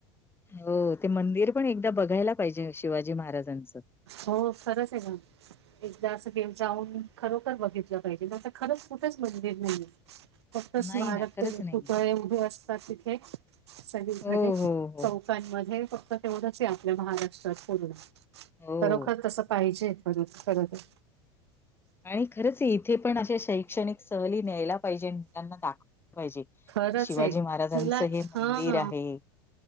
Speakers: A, on the left; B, on the right.
A: हो ते मंदिर पण एकदा बघायला पाहिजे शिवाजी महाराजांचं.
B: हो खरच आहे ग एकदा असं जाऊन खरोखर बघितलं पाहिजें खरंच कुठंच मंदिर नाहीये फक्त
A: नाही
B: स्मारक
A: ना खरंच
B: ते
A: नाहीये.
B: पुतळे उभे असतात तिथे सग
A: हो,
B: कडे
A: हो, हो,
B: चौकांमध्ये फक्त तेवढंच आहे आपल्या महाराष्ट्रात पूर्ण
A: हो.
B: लवकर तस पाहिजे पर खर तर
A: आणि खरंच इथे पण अशा शैक्षणिक सहली न्यायला पाहिजे मुलांना दाखवाल्या पाहिजे. की
B: खरंच
A: शिवाजी
B: आहे
A: महाराजांचं
B: तुला
A: हे मंदिर
B: हा ह,
A: आहे.